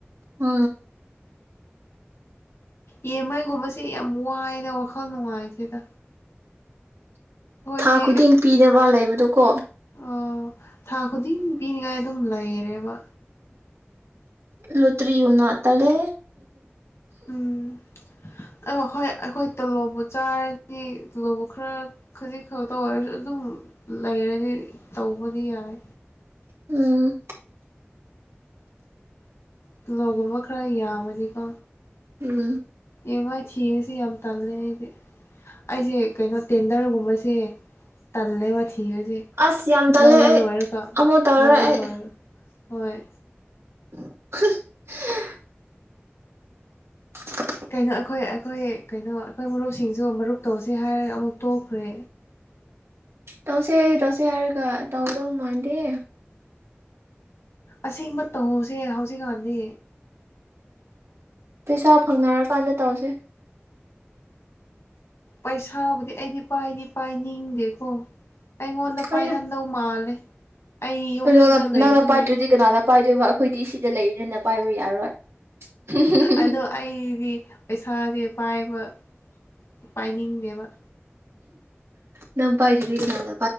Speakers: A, on the right; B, on the left.
A: ꯎ
B: ꯌꯦꯟꯃꯥꯏꯒꯨꯝꯕꯕꯁꯤꯦ ꯌꯥꯝ ꯋꯥꯏꯅ ꯋꯥꯈꯜ ꯅꯨꯡꯉꯥꯏꯁꯤꯗ ꯍꯣꯏꯅꯦ
A: ꯊꯥ ꯈꯨꯗꯤꯡ ꯄꯤꯅꯕ ꯂꯩꯕꯗꯣꯀꯣ
B: ꯑꯣ ꯊꯥ ꯈꯨꯗꯤꯡ ꯄꯤꯅꯤꯡꯉꯥꯏ ꯑꯗꯨꯝ ꯂꯩꯔꯦꯕ
A: ꯂꯨꯇꯔꯤ ꯌꯅ ꯇꯔꯦ
B: ꯎꯝ ꯑ ꯍꯣꯏ ꯑꯩꯈꯣꯏ ꯇꯜꯂꯣꯕꯨ ꯆꯥꯔꯗꯤ ꯇꯜꯂꯣꯕ ꯈꯔ ꯈꯖꯤꯛ ꯈꯛꯇ ꯑꯣꯏꯔꯁꯨ ꯑꯗꯨꯝ ꯂꯩꯔꯅꯤ ꯇꯧꯕꯗꯤ ꯌꯥꯏ
A: ꯎꯝ
B: ꯇꯤꯜꯍꯧꯒꯨꯝꯕ ꯈꯔ ꯌꯥꯝꯃꯗꯤꯀꯣ
A: ꯎꯝ
B: ꯏ ꯃꯥꯏ ꯊꯤꯔꯨꯁꯤ ꯌꯥꯝ ꯇꯜꯂꯦ ꯑꯩꯗꯤ ꯑꯩꯁꯦ ꯀꯩꯅꯣ ꯇꯦꯟꯗꯔꯒꯨꯝꯕꯁꯦ ꯇꯜꯂꯦ ꯋꯥꯊꯤꯔꯁꯦ
A: ꯑꯁ ꯌꯥꯝ ꯇꯜꯂꯦ
B: ꯂꯧꯕ
A: ꯑꯩ
B: ꯂꯣꯏꯔ ꯀꯣ
A: ꯑꯃꯨꯛ ꯇꯧꯔꯔꯣꯏ
B: ꯂꯧꯕ
A: ꯑꯩ
B: ꯂꯣꯏꯔꯣ ꯍꯣꯏ
A: <unintelligible> <inaudible>
B: ꯀꯩꯅꯣ ꯑꯩꯈꯣꯏ ꯑꯩꯈꯣꯏ ꯀꯩꯅꯣ ꯑꯩꯈꯣꯏ ꯃꯔꯨꯞꯁꯤꯡꯁꯨ ꯃꯔꯨꯞ ꯇꯧꯁꯤꯦ ꯍꯥꯏꯔꯒ ꯑꯃꯨꯛ ꯇꯣꯛꯈ꯭ꯔꯦ
A: ꯇꯧꯁꯦ ꯇꯁꯦ ꯍꯥꯏꯔꯒ ꯇꯧꯗꯧ ꯃꯥꯗꯤꯦ
B: ꯑꯁꯦꯡꯕ ꯇꯧꯍꯁꯦ ꯍꯧꯖꯤꯛꯀꯥꯟꯗꯤ
A: ꯄꯩꯁꯥ ꯐꯪꯅꯔꯀꯥꯟꯗ ꯇꯧꯁꯦ
B: ꯄꯩꯁꯥꯕꯨꯗꯤ ꯑꯩꯗꯤ ꯄꯥꯏꯗꯤ ꯄꯥꯏꯅꯤꯡꯗꯦꯀꯣ ꯑꯩꯉꯣꯟꯗ ꯄꯥꯏꯍꯟꯕ
A: ꯑꯩꯁꯨ
B: ꯗꯧ ꯃꯥꯜꯂꯦ ꯑꯩ ꯌꯨꯝꯗ
A: ꯅꯪꯅ
B: ꯂꯩꯕꯒꯤ
A: ꯅꯪꯅ ꯄꯥꯏꯗ꯭ꯔꯗꯤ ꯀꯅꯥꯅ ꯄꯥꯏꯗꯣꯏꯕ ꯑꯩꯈꯣꯏꯗꯤ ꯁꯤꯗ ꯂꯩꯔꯤꯔꯦꯅ ꯄꯥꯏꯕ ꯌꯥꯔꯣꯏ
B: ꯑꯗꯣ ꯑꯩꯗꯤ ꯄꯩꯁꯥꯁꯦ ꯄꯥꯏꯕ ꯄꯥꯏꯅꯤꯡꯗꯦꯕ
A: ꯅꯪ ꯄꯥꯏꯗꯗꯤ ꯀꯅꯥꯗ